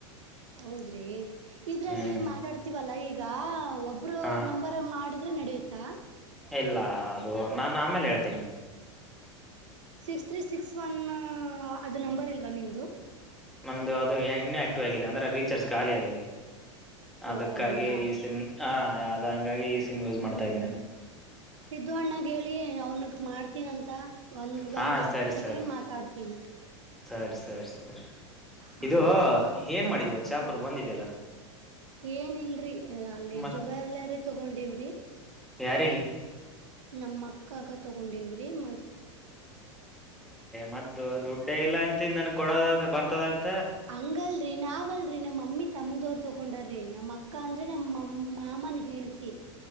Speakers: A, on the right; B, in the centre.
A: ಹೌದ್ರಿ ಇದ್ರಲ್ಲಿ
B: ಹ್ಮ್
A: ಮಾತಾಡ್ತಿವಲ್ಲಾ ಈಗ ಒಬ್ಬರು
B: ಹ
A: ನಂಬರ್ ಮಾಡಿದ್ರೆ ನಡೆಯುತ್ತೆ ತ್ತ
B: ಇಲ್ಲ ಅದು ನಾನ್ ಆಮೇಲೆ ಹೇಳ್ತನೆ
A: ಸಿಕ್ಸ್ ತ್ರೀ ಸಿಕ್ಸ್ ಒನ್ ಅದು ನಂಬರ್ ಇಲ್ವಾ ನಿದ
B: ಒಂದು ಅದು ಇನ್ನೆ ಆಕ್ಟಿವ್ ಆಗಿದೆ ಅಂದ್ರೆ ರೀಚಾರ್ಜ್ ಖಾಲಿ ಆಗಿದೆ ಅದಕ್ಕಾಗಿ
A: ಓ ಹಂಗ
B: ಈ ಸಿಮ ಹ ಯ ಹಂಗಾಗಿ ಈ ಸಿಮ್ ಯೂಸ್
A: ಹ್ಮ್
B: ಮಾಡ್ತಾ ಇದ್ದೀನಿ
A: ಹ್ಮ್
B: ನಾನು
A: ಸಿದ್ದು ಒ ಹೇಳಿ ಅವ್ನ ಮಾಡ್ತೀನಂತ ಒಂದು
B: ಹಾ
A: ಒಂದು್ ಹತ್ತು
B: ಸರಿ
A: ಸೆಕೆಂಡ್
B: ಸರಿ
A: ಮಾತಾಡ್ತೀನಿ
B: ಸರಿ ಸರಿ ಸರಿ
A: ಹಾ
B: ಇದು ಏನ್ ಮಾಡಿದಿ ಇವತ್ ಶಾಪುರ್
A: ಹ
B: ಬಂದಿದ್ಯಲ್ಲ
A: ಏನ ಇಲ್ರಿ ಅಲ್ಲಿ
B: ಮ
A: ಜುವಲ್ಲಾರಿ ತಗೊಂಡಿವ್ರಿ
B: ಯಾರಿಗೆ
A: ನಮ್ಮ ಅಕ್ಕಗ ತಗೊಂಡವ ಮ
B: ಮದ್ದು ದುಡ್ಡ ಇಲ್ಲ ಅಂತ ನನ್ ಕೊಡದ ಬರ್ತದಂತ
A: ಹಂಗಲ್ರಿ ನಾವ್ಲ್ರರಿ ನಮ್ ಮಮ್ಮಿ ತಮ್ದವ್ರರು ತಕೊಂಡಾರ್ರಿ ನಮ್ಮಕ್ಕ ಕಾಂದ್ರನಮ್ಮ ಮಾಮನ ಹೆೇಣತಿ